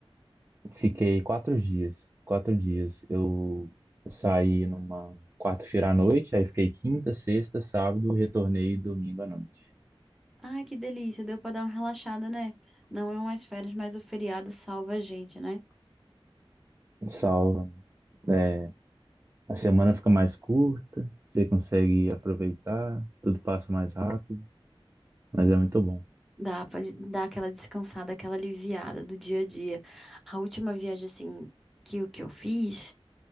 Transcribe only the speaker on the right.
Fiquei quatro dias. Quatro dias. Eu saí numa quarta-feira à noite, aí fiquei quinta, sexta, sábado, retornei domingo à noite.
Salva. É, a semana fica mais curta, você consegue aproveitar, tudo passa mais rápido, mas é muito bom.